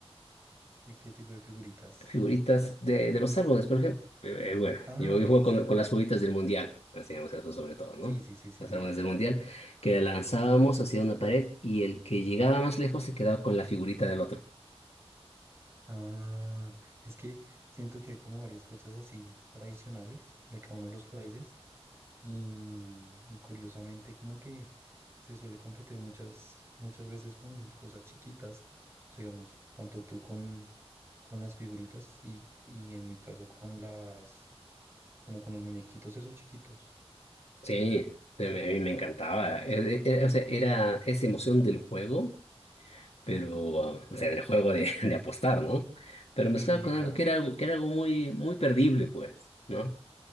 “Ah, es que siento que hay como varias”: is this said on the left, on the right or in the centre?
Right